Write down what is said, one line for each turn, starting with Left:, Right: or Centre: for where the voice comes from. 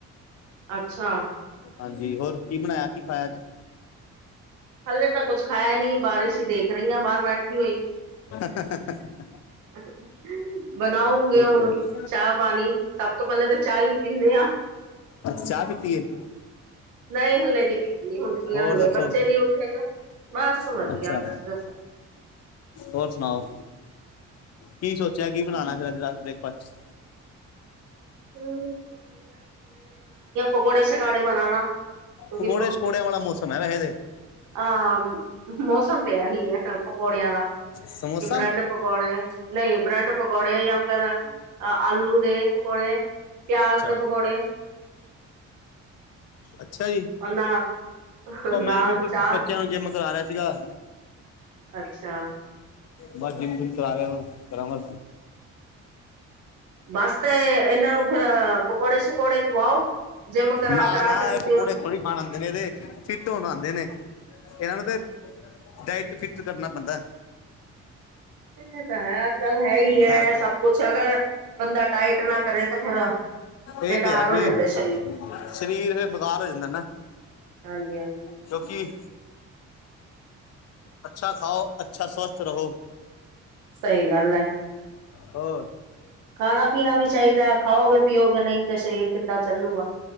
Right: ਅੱਛਾ।
Left: ਹਾਂਜੀ ਹੋਰ ਕੀ ਬਣਾਇਆ, ਕੀ ਖਾਇਆ ਅੱਜ।
Right: ਹਲੇੇ ਤਾਂ ਕੁੱਛ ਖਾਇਆ ਨੀ, ਬਾਰਿਸ਼ ਹੀ ਦੇਖ ਰਹੀ ਆ ਬਾਹਰ ਬੈਠੀ ਹੋਈ।
Left: ਹ <inaudible>
Right: <inaudible> ਬਣਾਉਂਗੇ
Left: ੳ
Right: ਹੁਣ
Left: ਤੇ ਈ
Right: ਚਾਹ ਪਾਣੀ ਸਭ ਤੋਂ ਪਹਿਲਾਂ ਤਾਂ ਚਾਹ ਹੀ ਪੀਂਦੇ ਆ
Left: ਚਾ ਪੀ <unintelligible> ਤੀ ਏ। <unintelligible>
Right: ਨਹੀ ਹੱਲੇ ਨੀ ਪੀਤੀ, ਹੁਣ ਪੀਆਂਗੇ,
Left: ਹੋਰ ਦੱਸੋ
Right: ਬੱਚੇ ਨੀ ਉਠੇ ਨਾ। ਬਸ ਵਧੀਆ
Left: ਅੱਛਾ,
Right: ਤੁਸੀਂ ਦੱਸੋ
Left: ਹੋਰ ਸੁਣਾਓ। ਕੀ ਸੋਚਿਆ, ਕੀ ਬਣਾਉਣਾ
Right: ਹਮ
Left: ਫੇਰ ਅੱਜ ਬ੍ਰੇਕਫਾਸਟ 'ਚ।
Right: ਹੂੰ ਪਕੌੜੇ ਸ਼ਕਾੜੇ ਬਣਾ ਲਾ ਕਿਉਂਕਿ
Left: ਪਕੌੜੇ 'ਚ ਪਕੌੜਿਆਂ ਵਾਲਾ ਮੌਸਮ ਹੈ, ਵੈਸੇ ਤੇ।
Right: ਆ, ਮੌਸਮ ਤੇ ਇਹੀ ਏ ਪਕੌੜਿਆਂ ਦਾ।
Left: ਤੇ ਸਮੋਸਾ
Right: ਕਿ ਬ੍ਰੈਡ ਪਕੌੜੇ ਨਹੀ ਬ੍ਰੈਡ ਪਕੌੜੇ ਜਾਂ ਫਿਰ ਆਲੂ ਦੇ। ਤੇ, ਪਿਆਜ
Left: ਅੱਛਾ
Right: ਦੇ ਪਕੌੜੇ
Left: ਅੱਛਾ ਜੀ,
Right: ਔਰ ਨਾਲ
Left: ੳ ਮੈਂ
Right: ਨਾਲ
Left: ਵੀ ਬ
Right: ਚਾਹ
Left: ਬੱਚੇ ਜਿੰਮ ਕਰਾ ਰਿਹਾ ਸੀਗਾ।
Right: ਅੱਛਾ।
Left: ਬਸ ਜਿਮ ਜਿਮ ਕਰਾ ਰਿਹਾ, ਕਰਾਵਾ।
Right: ਹ <inaudible> ਬਸ ਤੇ, ਇਹਨਾਂ ਨੂੰ ਫਿਰ ਪਕੌੜੇ ਸ਼ਕੌੜੇ ਖਵਾਓ ਜਿੰਮ ਕਰਾ
Left: ਨਾ
Right: -ਕਰਾ
Left: ਨਾ
Right: ਕੇ ਤੁਸ
Left: ਇਹ ਪਕੌੜੇ ਥੋੜ੍ਹੀ ਖਾਣ ਆਉਂਦੇ ਨੇ ਤੇ, ਫਿੱਟ ਹੋਣ ਆਂਉਦੇ ਨੇ। ਇਹਨਾਂ ਨੂੰ ਤੇ, ਡਾਇਟ ਫਿਟ ਕਰਨਾ ਪੈਂਦਾ।
Right: ਇਹ ਤਾਂ ਹੈ ਅੱਜ ਕੱਲ ਹੈ ਹੀ ਹੈ
Left: ਹਹ <unintelligible>
Right: ਸਭ ਕੁਛ ਅਗਰ ਬੰਦਾ ਡਾਇਟ ਨਾ ਕਰੇ ਤਾਂ ਫੇਰ ਬੇਕਾਰ
Left: ਇਹ ਤੇ
Right: ਹੋ
Left: ਫਿਰ,
Right: ਜਾਂਦਾ ਸਰੀਰ
Left: ਸਰੀਰ ਬੇਕਾਰ ਹੋ ਜਾਂਦਾ ਨਾ।
Right: ਹਾਂਜੀ, ਹਾਂਜੀ।
Left: ਕਿਉਂਕਿ ਅੱਛਾ ਖਾਓ, ਅੱਛਾ ਸਵਸਥ ਰਹੋ।
Right: ਸਹੀ ਗੱਲ ਹੈ।
Left: ਹੋਰ
Right: ਖਾਣਾ ਪੀਣਾ ਵੀ ਚਾਹੀਦਾ, ਖਾਓਗੇ, ਪੀਓਗੇ ਨਹੀਂ ਤਾਂ ਸਰੀਰ ਕਿੱਦਾਂ ਚੱਲੂਗਾ।